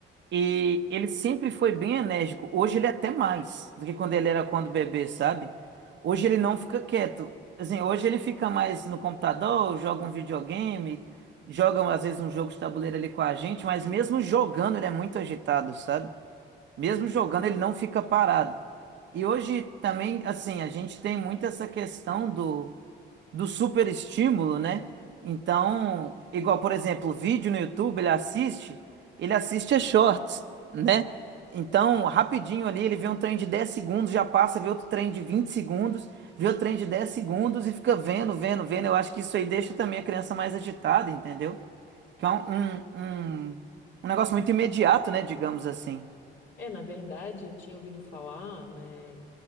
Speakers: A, on the right; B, on the left.
A: E ele sempre foi bem enérgico. Hoje ele é até mais do que quando ele era quando bebê, sabe? Hoje ele não fica quieto. Assim, hoje ele fica mais no computador, joga um videogame, joga às vezes um jogo de tabuleiro ali com a gente, mas mesmo jogando ele é muito agitado, sabe? Mesmo jogando ele não fica parado. E hoje também, assim, a gente tem muito essa questão do do super estímulo, né? Então, igual, por exemplo, vídeo no YouTube, ele assiste, ele assiste a shorts, né? Então, rapidinho ali, ele vê um trem de 10 segundos, já passa, vê outro trem de 20 segundos, vê outro trem de 10 segundos e fica vendo, vendo, vendo. Eu acho que isso aí deixa também a criança mais agitada, entendeu? Que é um, um, um, um negócio muito imediato, né? Digamos assim.
B: É, na verdade, eu tinha ouvido falar, né?